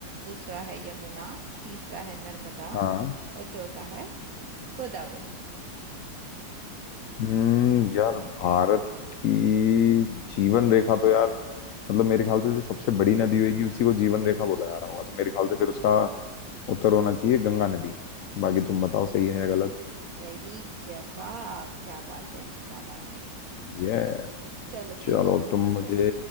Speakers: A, on the right; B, on the left.
A: दूसरा है यमुना तीसरा है नर्मदा
B: हाँ
A: और चौथा है गोदावरी
B: हम्म यार भारत की जीवन रेखा तो यार मतलब मेरे ख्याल से जो सबसे बड़ी नदी होगी उसी को जीवन रेखा बोला जा रहा होगा तो मेरे ख्याल से फिर उसका उत्तर होना चाहिए गंगा नदी बाकी तुम बताओ सही है या गलत
A: सही जवाब क्या बात है क्या बात है
B: यस
A: चलो
B: चलो
A: पूछो तुम
B: अब तुम
A: पूछो
B: मुझे